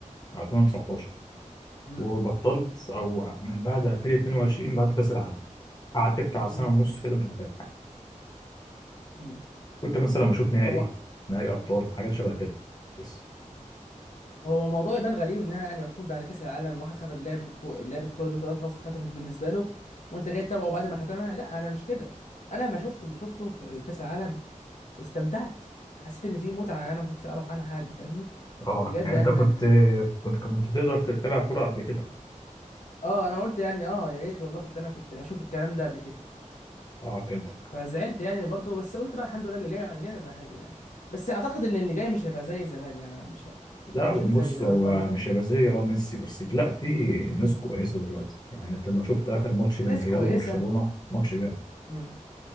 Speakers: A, on the left; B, on the left.
A: 2019
B: امم
A: وبطلت او من بعد 2022 بعد كأس العالم قعدت بتاع سنة
B: امم
A: ونص كده مش بتابع
B: امم
A: كنت مثلا بشوف نهائي
B: هو
A: نهائي ابطال حاجات شبه كده بس
B: هو الموضوع يبان غريب ان انا يعني المفروض بعد كاس العالم واحد ختم لعبه الكو... لعبه الكوره دي خلاص اتختمت بالنسبه له وانت جاي تتابعه بعد ما ختمها لا انا مش كده انا ما شفت اللي شفته في كاس العالم استمتعت حسيت ان في متعه انا ما كنتش اعرف عنها حاجه فاهمني
A: اه
B: بجد
A: يعني
B: يعني
A: انت كنت
B: انا
A: كنت كنت تقدر تتابع كورة قبل كده
B: اه انا قلت يعني اه يا ريت والله كنت انا كنت اشوف الكلام ده قبل كده
A: اه فهمت
B: فزعلت يعني برضه بس قلت بقى الحمد لله اللي جاي بعد كده هيبقى حلو يعني بس اعتقد ان اللي جاي مش هيبقى زي زمان يعني مش
A: لا
B: مش هيبقى
A: بص
B: زي اللي زمان
A: هو
B: خالص
A: مش هيبقى زي اه ميسي بس لا في ناس كويسه دلوقتي يعني انت لو شفت اخر ماتش
B: في
A: بين
B: ناس
A: ريال
B: كويسه
A: وبرشلونه ماتش جامد
B: امم